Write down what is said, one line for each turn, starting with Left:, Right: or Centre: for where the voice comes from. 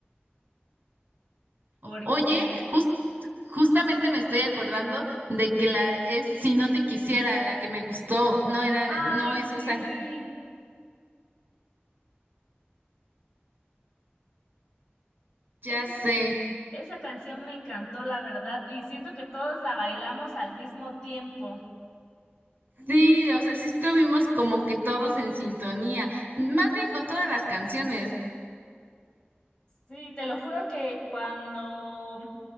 Left: porque,
Right: Oye, jus- justamente me estoy acordando de que la es Si no te quisiera, la que me gustó, no era,
Left: ay,
Right: no es esa.
Left: sí,
Right: Ya
Left: es-
Right: sé.
Left: esa canción me encantó, la verdad, y siento que todos la bailamos al mismo tiempo.
Right: Sí, o sea, sí estuvimos como que todos en sintonía, más bien con todas las canciones.
Left: Sí, te lo juro que cuando,